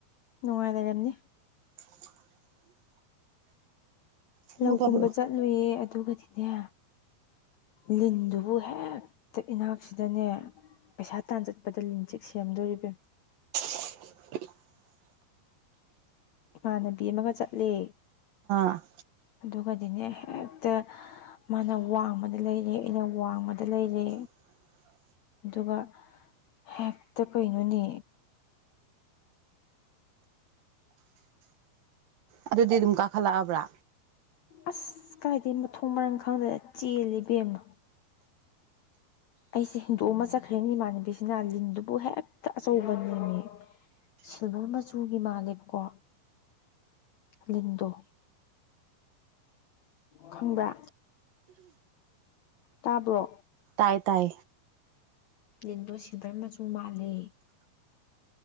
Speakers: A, on the left; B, on the right.
A: ꯅꯨꯡꯉꯥꯏ ꯂꯩꯔꯝꯅꯤ
B: <inaudible> ꯊꯪꯉꯣ
A: ꯂꯧꯀꯨꯝꯕ
B: ꯇꯥꯕ꯭ꯔꯣ
A: ꯆꯠꯂꯨꯌꯦ ꯑꯗꯨꯒꯗꯤꯅꯦ ꯂꯤꯟꯗꯨꯕꯨ ꯍꯦꯛꯇ ꯏꯅꯥꯛꯁꯤꯗꯅꯦ ꯄꯩꯁꯥ ꯇꯥꯟ ꯆꯠꯄꯗ ꯂꯤꯟꯆꯤꯛ ꯁꯤꯔꯝꯗꯣꯔꯦ ꯏꯕꯦꯝ
B: <inaudible>
A: ꯏꯃꯥꯟꯅꯕꯤ ꯑꯃꯒ ꯆꯠꯂꯦ
B: ꯑ
A: ꯑꯗꯨꯒꯗꯤꯅꯦ ꯍꯦꯛꯇ ꯃꯥꯅ ꯋꯥꯡꯃꯗ ꯂꯩꯔꯦ ꯑꯩꯅ ꯋꯥꯡꯃꯗ ꯂꯩꯔꯦ
B: <inaudible>
A: ꯑꯗꯨꯒ ꯍꯦꯛꯇ ꯀꯩꯅꯣꯅꯦ
B: ꯑꯗꯨꯗꯤ ꯑꯗꯨꯝ ꯀꯥꯈꯠꯂꯛꯑꯕ꯭ꯔꯥ
A: ꯑꯁ ꯀꯥꯏꯗꯩ ꯃꯊꯣꯡ ꯃꯔꯥꯡ ꯈꯪꯗ꯭ꯔꯅ ꯆꯦꯜꯂꯦ ꯏꯕꯦꯝꯃ ꯑꯩꯁꯦ ꯍꯨꯟꯗꯣꯛꯑꯝꯃ ꯆꯠꯈ꯭ꯔꯦ ꯏꯃꯥꯟꯅꯕꯤꯁꯤꯅ ꯂꯤꯟꯗꯨꯕꯨ ꯍꯦꯛꯇ ꯑꯆꯧꯕꯅꯦꯝꯃꯦ ꯁꯤꯜꯚꯔ ꯃꯆꯨꯒꯤ ꯃꯥꯜꯂꯦꯕꯀꯣ ꯂꯤꯟꯗꯣ ꯈꯪꯕ꯭ꯔꯥ ꯇꯥꯕ꯭ꯔꯣ
B: ꯇꯥꯏ ꯇꯥꯏ
A: ꯌꯦꯡꯗꯣ ꯁꯤꯜꯚꯔ ꯃꯆꯨ ꯃꯥꯜꯂꯦ